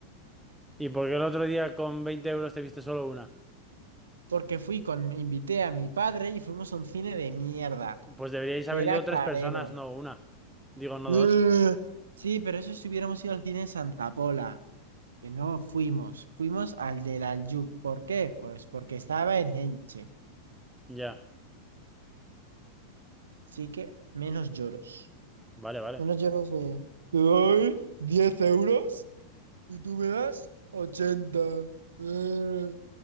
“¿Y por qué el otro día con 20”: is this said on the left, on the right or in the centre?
Centre